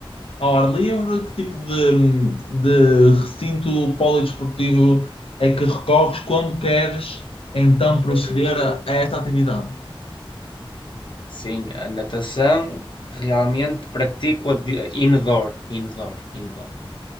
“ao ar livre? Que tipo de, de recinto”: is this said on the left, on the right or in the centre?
Left